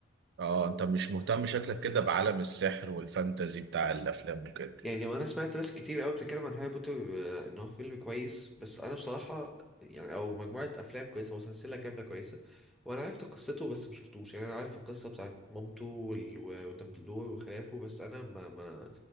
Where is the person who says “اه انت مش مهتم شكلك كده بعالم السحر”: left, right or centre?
Right